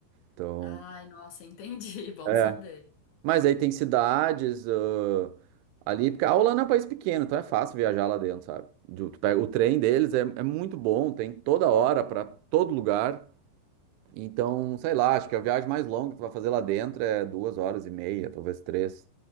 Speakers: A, on the right; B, on the left.
A: Então,
B: Ai, nossa, entendi. <laughs> Bom
A: é.
B: saber.
A: Mas aí tem cidades, ãh, ali, porque a Holanda é um país pequeno, então é fácil viajar lá dentro, sabe? Du- Tu pega o trem deles, é, é muito bom, tem toda hora para todo lugar. Então, sei lá, acho que a viagem mais longa que tu vai fazer lá dentro é duas horas e meia, talvez três.